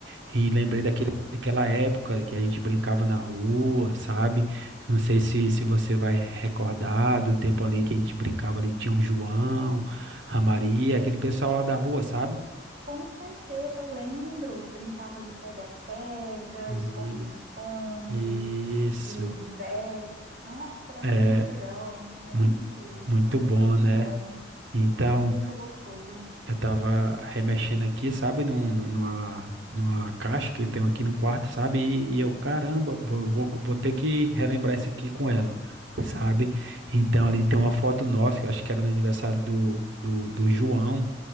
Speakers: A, on the right; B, on the right.
A: e lembrei daquele, daquela época que a gente brincava na rua, sabe? Não sei se, se você vai recordar do tempo ali que a gente brincava ali, que tinha o João, a Maria, aquele pessoal lá da rua, sabe?
B: Com certeza, eu lembro que brincava de pega-pega,
A: E-
B: esconde-esconde,
A: isso,
B: de, de bets. Nossa, era
A: é
B: muito legal, muito.
A: muito, muito
B: Nossa,
A: bom,
B: que tempo
A: né?
B: bom,
A: Então.
B: que tempo gostoso.
A: Eu tava remexendo aqui, sabe, num, numa, numa caixa que eu tenho aqui no quarto, sabe? E, e eu, caramba, vou, vou, vou ter que relembrar isso aqui com ela, sabe? Então ali tem uma foto nossa, que eu acho que era no aniversário do, do, do João,